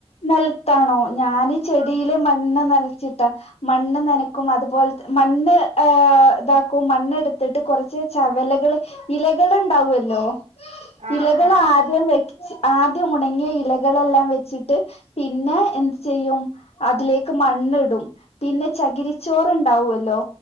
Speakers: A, on the left; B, on the right.
A: നെൽത്താണോ ഞാന് ചെടിയില്
B: ആഹ്
A: മണ്ണ്നെറച്ചിട്ടാ മണ്ണ് നനക്കും അത്പോലെ മണ്ണ് ഇതാക്കും മണ്ണെടുത്തിട്ട് കുറച്ച് ചവലകള് ഇലകള്ണ്ടാവല്ലോ
B: ആഹ്
A: ഇലകള്
B: ആഹ്
A: ആദ്യംവെച്ച് ആ ത്ത് ഉണങ്ങിയ ഇലകളെല്ലാംവെച്ചിട്ട് പിന്നെ എന്ത്ചെയ്യും അതിലേക്ക്മണ്ണ്ടും പിന്നെ ചകിരിച്ചോറ്ണ്ടാവല്ലോ